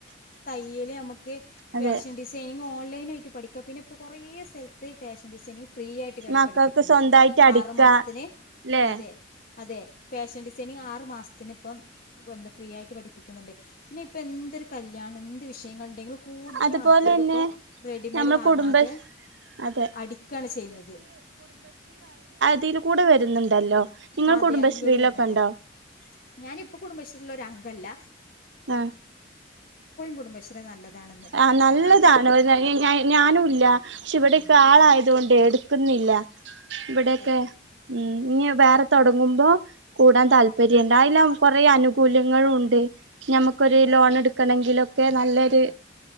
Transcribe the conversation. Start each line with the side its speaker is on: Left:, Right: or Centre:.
Left: യല് നമക്ക് <unintelligible>
Right: അതെ
Left: ഫാഷൻ ഡിസൈനിങ് ഓൺലൈൻ പഠിക്ക പിന്നെ കൊറേ സ്ഥലത്ത് ഫാഷൻ <unintelligible> ഫ്രീ ആയിട്ട്
Right: മക്കൾക്ക്
Left: പഠിപ്പിക്കുന്നുണ്ട്
Right: സ്വന്തായിട്ട് അടിക്കാ
Left: ആറു മാസത്തിന്
Right: ല്ലെ
Left: അതെ അതെ ഫാഷൻ ഡിസൈനിങ് ആറ് മാസത്തിന് ഇപ്പം എന്ത ഫ്രീ ആയിട്ട് പഠിപ്പിക്കുന്നുണ്ട് പിന്നെ ഇപ്പോ എന്തൊരു കല്യാണം എന്ത് വിഷയങ്ങൾ ഉണ്ടെങ്കിലും കൂടുതലും
Right: അതുപോലെന്നെ
Left: ആൾക്കാാര് ഇപ്പോ റെഡിമെയഡ്
Right: ഞമ്മൾ
Left: വാങ്ങാതെ
Right: കുടുംബ അതെ
Left: അടിക്കാണ് ചെയ്യുന്നത്
Right: തിൽ കൂടെ വരുന്നുണ്ടല്ലോ നിങ്ങൾ
Left: അതെ
Right: കുടുംബശ്രീയിലൊക്കെണ്ടോ
Left: അതിയിലൂടെ വരുന്നുട്ട് ഞാനിപ്പം കുടുംബശ്രീയിൽ ഒരു അംഗല്ല
Right: ആ
Left: കുടുംബശ്രീ നല്ലതാണെന്ന്
Right: ആ നല്ലതാണ്
Left: കാരണം
Right: പിന്നെ ഞാ ഞാനുംല്ല പക്ഷെ ഇവിടൊക്കെ
Left: അതെ
Right: ആളായത കൊണ്ട് എടുക്കുന്നില്ല ഇവിടൊക്കെ
Left: അതെ
Right: ഉം ഇനി വേറെ തുടങ്ങുമ്പോ കൂടാൻ താല്പര്യംണ്ട് അതില കുറേ ആനുകൂല്യങ്ങളും ഉണ്ട് ഞമ്മുക്കൊരു
Left: അത്
Right: ലോൺ എടുക്കണെങ്കിലും ഒക്കെ നല്ലൊരു